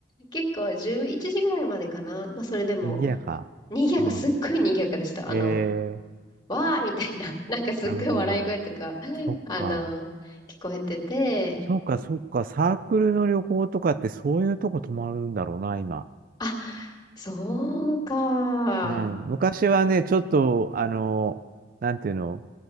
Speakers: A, on the left; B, on the right.
A: 結構11時ぐらいまでかな。まあ、それでも、
B: 賑やか。
A: 賑やか、
B: うん。
A: すっごい賑やかでした。
B: えー、
A: あの、わーみたいな、<laughs> なんかすっごい笑い声とか、
B: なるほど。そっか。
A: あの、聞こえてて、
B: そうか、そうか、サークルの旅行とかってそういうとこ泊まるんだろうな、今。
A: あそうか。
B: うん。昔はね、ちょっと、あの、なんていうの、